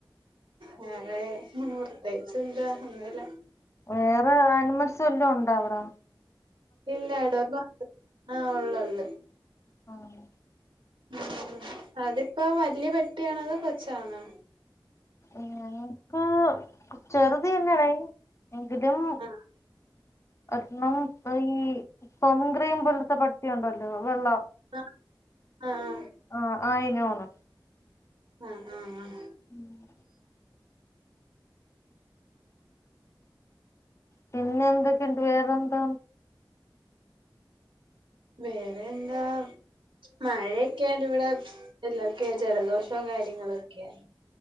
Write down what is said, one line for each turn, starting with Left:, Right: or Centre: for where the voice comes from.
Right: വേറെ പ്രത്യേകിച്ചെന്താ ഒന്നുല്ല
Left: വേറെ ആനിമൽസ് വല്ലോം ഉണ്ടോ അവ്ടെ?
Right: ഇല്ല ഡോഗ് മാത്രേ ആഹ് ഉള്ളുള്ളു
Left: ആഹ്
Right: ഉം അതിപ്പോ വല്ല്യ പെട്ടിയാണോ അതൊ കൊച്ചാണോ?
Left: ഇങ്ങന്ന്പ്പൊ ചെറുതിയല്ലടെയ് എങ്കിലും
Right: ആഹ്
Left: ഒരെണ്ണം ഈ കൊഗ്രീം പോൽത്തെ പട്ടിയുണ്ടല്ലോ വെള്ള
Right: ആഹ് ആഹ്
Left: ആഹ് ആയിനോണ്.
Right: ആഹ് ആഹ് ആഹ്
Left: <inaudible> പിന്നെന്തെക്കെണ്ട് വേറെന്താ?
Right: വേറെയെന്താ മഴയൊക്കെയാണ് ഇവിടെ എല്ലാർക്കുവേ ജലദോഷവും കാര്യങ്ങളൊക്കെയാ